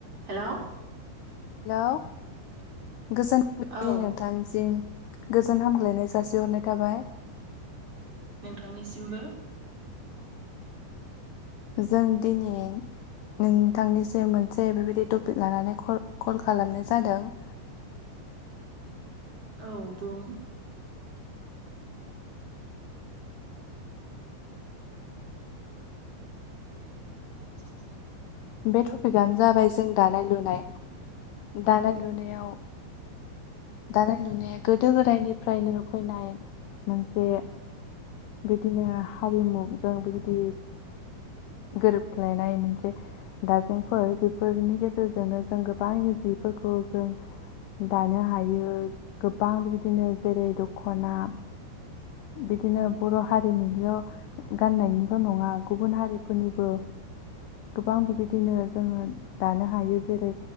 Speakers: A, on the right; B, on the left.
A: हेल'
B: हेलौ गोजोन फुंबिलि
A: औ
B: नोंथांसिम गोजोन हामग्लायनाय जासिहरनाय थाबाय
A: नोंथांनिसिमबो
B: जों दिनै नोंथांनिसिम मोनसे बेबायदि टपिक लानानै कल खालामनाय जादों <inaudible>
A: औ बुं <inaudible>
B: बे टपिकआनो जाबाय जों दानाय लुनाय दानाय लुनायाव दानाय लुनाया गोदो गोदायनिफ्रायनो फैनाय मोनसे बिदिनो हारिमुजों बेबायदि गोरोबलायनाय मोनसे दाजेंफोर बेफोरनि गेजेरजोंनो जों गोबां जिफोरखौ जों दानो हायो गोबां बिबायदिनो जेरै दख'ना बिदिनो बर' हारिनिल' गाननायनिल' नङा गुबुन हारिफोरनिबो गोबां बेबायदि बिदिनो जोङो दानो हायो जेरै